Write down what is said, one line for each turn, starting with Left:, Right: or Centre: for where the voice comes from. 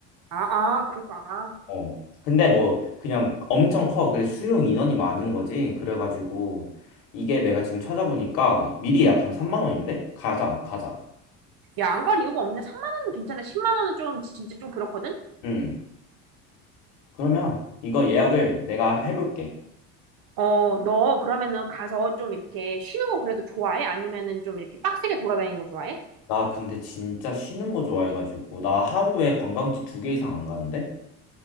Right: 아, 아, 그렇구나. 아.
Left: 어. 근데 뭐 그냥 엄청 커. 그래 수용 인원이 많은 거지. 그래가지고 이게 내가 지금 찾아보니까 미리 예약하면 3만 원인데 가자 가자.
Right: 야, 안 갈 이유가 없네. 3만 원은 괜찮아. 10만 원은 좀 진짜 좀 그렇거든.
Left: 응. 그러면 이거 예약을 내가 해볼게.
Right: 어, 너 그러면은 가서 좀 이렇게 쉬는 거 그래도 좋아해? 아니면은 좀 이렇게 빡세게 돌아다니는 거 좋아해?
Left: 나 근데 진짜 쉬는 거 좋아해가지고 나 하루에 관광지 두 개 이상 안 가는데?